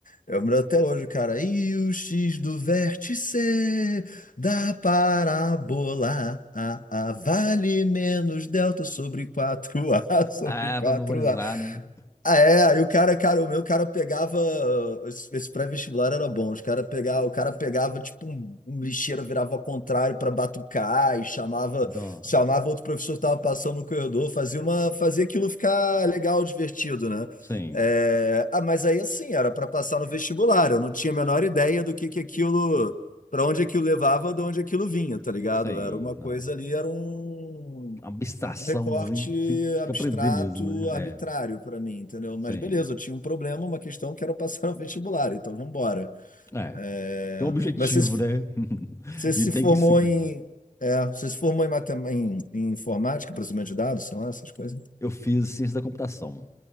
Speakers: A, on the left; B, on the left.
A: Eu me lembro até hoje, o cara. E o X do vértice da parábola A, A vale menos delta sobre quatro a <laughs> sobre
B: Ah,
A: 4A.
B: pra memorizar, né?
A: Ah, é, aí o cara, cara, o meu cara pegava. uh, Esse, esse pré-vestibular era bom. Os cara pegava, o cara pegava tipo um, um lixeiro, virava ao contrário para batucar e chamava,
B: não.
A: chamava outro professor que tava passando no corredor, fazia uma, fazia aquilo ficar legal, divertido, né?
B: Sim,
A: É, ah, mas aí assim, era para passar no vestibular. Eu não tinha a menor ideia do que que aquilo, para onde aquilo levava, de onde aquilo vinha, tá ligado?
B: sim.
A: Era uma coisa
B: Não.
A: ali, era um
B: Uma abstração,
A: um recorte
B: assim, que tinha que
A: abstrato,
B: aprender mesmo, né?
A: arbitrário
B: É,
A: para mim, entendeu? Mas
B: sim.
A: beleza, eu tinha um problema, uma questão que era passar <laughs> no vestibular, então vamos embora.
B: É,
A: É,
B: tem um objetivo,
A: Mas você, se-
B: né? <laughs>
A: você se
B: E tem
A: formou
B: que seguir.
A: em,
B: isso.
A: é, você se formou em, matem em, em informática, processamento de dados, sei lá, essas coisas.
B: Eu fiz ciência da computação.